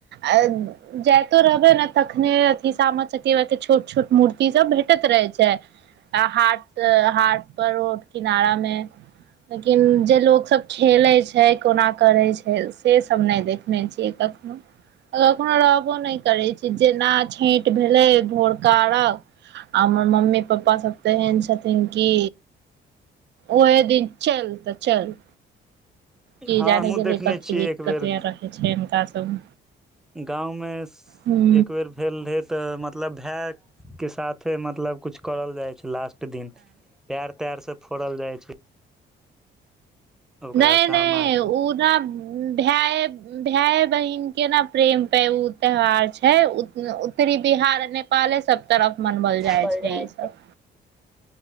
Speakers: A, on the right; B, in the centre.
A: जयत रहबै ने तखने अथी सामा चकेबा क छोट छोट मूर्ति सब भेटत रहै छै आ हाट हाट पर रोड किनारा मे लेकिन जे लोग सब खेले छै कोना करे छै से सब नै देखने छीयै कखनो कखनो रहबो नै करे छी जेना छैट भेलै भोर कारक आ हमर मम्मी पप्पा सब तऽ तेहेन छथिन कि ओए दिन चलतऽ चल की
B: हँ
A: जाने
B: हमहुँ
A: गेल
B: देखने
A: कथी
B: छियै
A: दिक्कत
B: एक बेर
A: रहै छै हुनका सब
B: गाँवमे
A: हूँ
B: एकबेर भेल रहै त मतलब भै के साथे मतलब कुछ करल जाय छै लास्ट दिन। पैर-तैर से फोड़ल जाइ छै। ओकरा
A: नै-नै
B: सामा के
A: उ ना भाए भेए बहिन के ने प्रेम पे उ त्यौहार छै उत्तरी बिहार नेपाले सब तरफ मनाओल जाय
B: बोल
A: छै
B: जाइ
A: ई सब